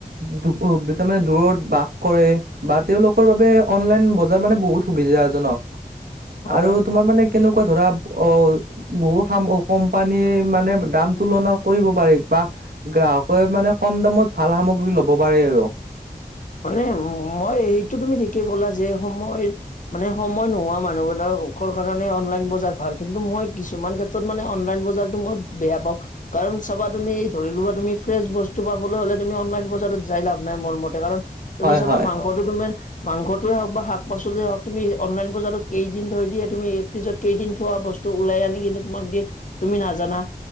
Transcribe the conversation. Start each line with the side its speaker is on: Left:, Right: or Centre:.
Right: - দুকু তাৰমানে দূৰত বাস কৰে বা তেওঁলোকৰ বাবে অনলাইন বজাৰ মানে বহুত সুবিধাজনক
Left: হয়,
Right: আৰু
Left: হয়।
Right: তোমাৰ মানে কেনেকুৱা ধৰা অল বহুত সামো অ কোম্পানীয়ে মানে দাম তুলনা কৰিব পাৰি বা গ্ৰাহকে মানে কম দামত ভাল সামগ্ৰী লব পাৰে আৰু।
Left: মানে মই এটো তুমি ঠিকে কলা যে সময় মানে সময় নোহোৱা মানুহবিলাকৰ অকল কাৰণে অনলাইন বজাৰ ভাল, কিন্তু মই কিছুমান ক্ষেত্ৰ তত মানে অনলাইন বজাৰটো মই বেয়া পাওঁ, কাৰণ চাবা তুমি ধৰিলোৱা তুমি ফ্ৰেছ বস্তু পাবলৈ হ'লে তুমি অনলাইন বজাৰত যাই লাভ নাই মোৰ মতে কাৰণ তুমি
Right: হয়
Left: চাবা
Right: হয়
Left: মাংসটো তোমাৰ মাংসটোৱে হওক বা শাক পাচলিয়ে হওক তুমি অনলাইন বজাৰত কেইদিন থয় দিয়ে তুমি ফ্ৰিজত কেইদিন থোৱা বস্তু ওলাই আনি কিন্তু তোমাক দিয়ে তুমি নাজানা